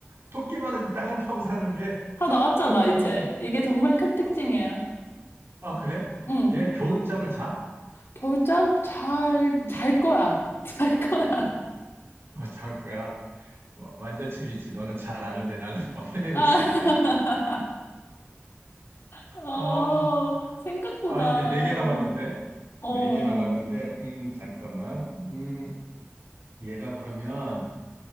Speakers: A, on the right; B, on the left.
A: 토끼만 한데 땅을 파고 사는 게,
B: 다 나왔잖아,
A: 토끼
B: 이제.
A: 말고,
B: 이게 정말 큰 특징이야.
A: 아, 아, 그래?
B: 응.
A: 얘 겨울잠을 자?
B: 겨울잠 잘,
A: 응.
B: 잘 거야. <laughs> 잘 거야.
A: 어, 잘 거야. 와, 완전 재밌지. 너는 잘 아는데 나는 <laughs> 막 헤매고
B: 아,
A: 있으니까.
B: <laughs> 어,
A: 아,
B: 생각보다,
A: 아, 이제 네 개
B: 어,
A: 남았는데?
B: 어,
A: 네
B: 어.
A: 개 남았는데, 음, 잠깐만. 음, 얘가 그러면